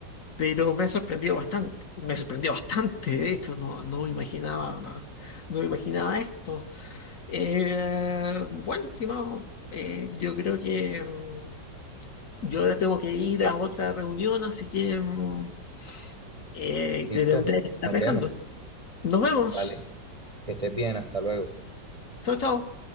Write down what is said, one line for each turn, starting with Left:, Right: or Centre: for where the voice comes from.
Left: pero me ha sorprendido bastante. Me sorprendió bastante, de hecho, no, no imaginaba, no imaginaba esto. Eh, bueno, estimado, eh, yo creo que mm, yo ahora tengo que ir a otra reunión, así que mm, eh,
Right: ¿Listo?
Left: te tendré que estar
Right: Nos
Left: dejando.
Right: vemos.
Left: Nos vemos.
Right: Dale. Que estés bien. Hasta luego.
Left: Chao, chao.